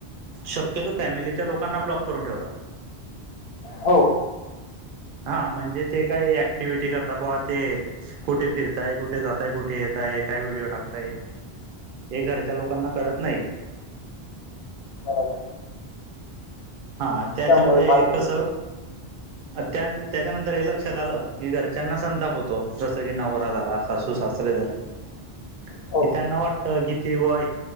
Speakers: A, on the right; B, on the left.
A: शक्यतो फॅमिलीच्या लोकांना ब्लॉक करून ठेवता.
B: हो
A: हा म्हणजे ते काही ऍक्टिव्हटी करता बुवा ते कुठे फिरताय कुठे जाताय कुठ ते येताय काय व्हिडिओ टाकताय हे घरच्या लोकांना कळत नाही.
B: बरोबर.
A: हा त्याच्यामुळे
B: त्यामुळे फारकती
A: कस त्या त्याच्यानंतर हे लक्षात आलं की घरच्यांना संताप होतो जसं की नवरा झाला सासू सासरे झाले. हो <unintelligible>
B: हो
A: कि त्यांना वाटत कि ते बॉ